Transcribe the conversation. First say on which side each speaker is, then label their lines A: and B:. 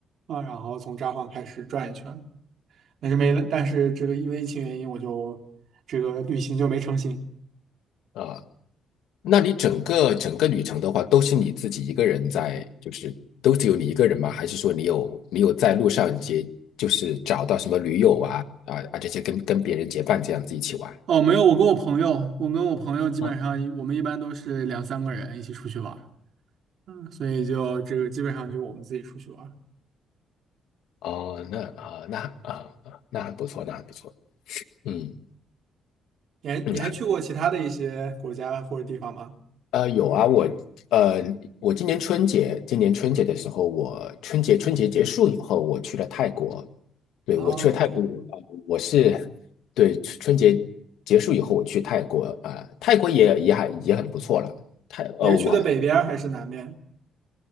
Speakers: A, on the right (about 65°); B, on the left (about 80°).
A: 啊，然后从札幌开始转一圈儿但是没了，但是这个因为疫情原因，我就这个旅行就没成行。
B: 啊、那你整个整个旅程的话，都是你自己一个人在，就是都只有你一个人吗？还是说你有你有在路上结，就是找到什么驴友啊啊啊这些跟跟别人结伴这样子一起玩？
A: 哦，没有，我跟我朋友，我跟我朋友基本上一我们一般都是两三个人一起出去玩儿
B: 啊，
A: 嗯，所以就这个基本上就我们自己出去玩儿
B: 哦，那啊、那啊、那很不错，那很不错。嗯
A: 你还你还去过其他的一些国家或者地方吗？
B: 嗯，呃，有啊，我呃，我今年春节，今年春节的时候，我春节春节结束以后，我去了泰国。对，
A: 哦，
B: 我去了泰国，
A: 泰国，
B: 呃我是对春春节结束以后，我去泰国啊、呃泰国也也还也很不错了。泰呃，
A: 你是去的北边儿还是南边？
B: 我